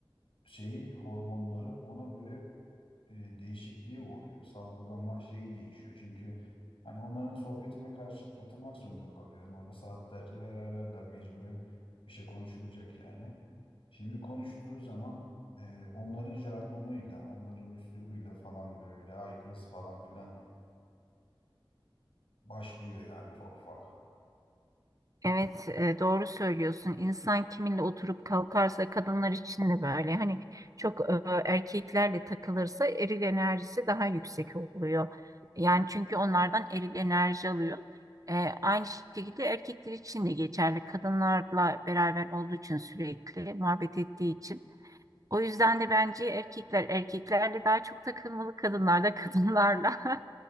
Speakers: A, on the left; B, on the right.
A: şeyi hormonları ona göre e, değişikliğe uğruyor. Salgılama şeyi değişiyor. Çünkü hani onların sohbetine karşı katılmak zorunda kalıyor. Yani orada saatlerce beraberler mecburen bir şey konuşulacak yani. Şimdi konuştuğu zaman e, onların jargonuyla, onların üslubuyla falan böyle ay kız falan filan Başlıyor yani ufak ufak.
B: Evet, e, doğru söylüyorsun. İnsan kiminle oturup kalkarsa kadınlar için de böyle. Hani çok e, erkeklerle takılırsa eril enerjisi daha yüksek oluyor. Yani çünkü onlardan eril enerji alıyor. E, aynı şekilde erkekler için de geçerli. Kadınlarla beraber olduğu için sürekli muhabbet ettiği için. O yüzden de bence erkekler erkeklerle daha çok takılmalı, kadınlar da kadınlarla. <laughs>